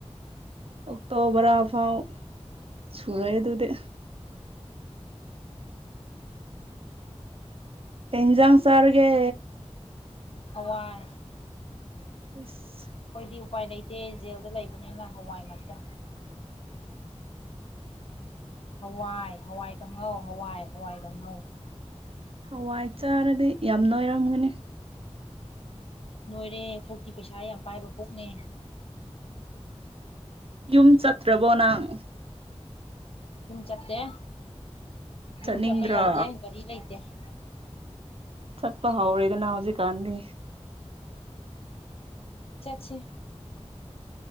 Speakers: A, on the right; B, on the left.
A: ꯑꯣꯛꯇꯣ ꯕꯔꯥ ꯐꯥꯎ ꯁꯨꯔꯦ ꯑꯗꯨꯗꯤ ꯍꯖꯥꯡ ꯁꯥꯔꯒꯦ
B: ꯑꯋꯥꯏ
A: ꯁ
B: ꯗꯤ ꯎꯄꯥꯏ ꯂꯩꯇꯦ ꯖꯦꯜꯗ ꯂꯩꯕꯅꯤꯅ ꯍꯋꯥꯏ ꯉꯥꯛꯇ ꯍꯋꯥꯏ ꯍꯋꯥꯏꯒꯪꯍꯧ ꯍꯋꯥꯏ ꯍꯋꯥꯏ ꯈꯍꯧ
A: ꯍꯋꯥꯏ ꯆꯥꯔꯗꯤ ꯌꯥꯝꯅꯣꯏꯔꯝꯒꯅꯤ
B: ꯅꯣꯏꯔꯦ ꯄꯨꯛꯀꯤ ꯄꯩꯁꯥ ꯌꯥꯝ ꯄꯥꯏꯕ ꯄꯨꯛꯅꯦ
A: ꯌꯨꯝ ꯆꯠꯇ꯭ꯔꯕꯣ ꯅꯪ
B: ꯌꯨꯝ ꯆꯠꯇꯦ
A: ꯆꯠꯅꯤꯡꯗ꯭ꯔꯣ
B: ꯌꯨꯝ ꯆꯠꯄ ꯌꯥꯗꯦ ꯒꯥꯔꯤ ꯂꯩꯇꯦ <unintelligible>
A: ꯆꯠꯄ ꯍꯧꯥꯎꯗ ꯅ ꯍꯧꯖꯤ ꯀꯥꯟꯗꯤ
B: ꯆꯠꯁꯤ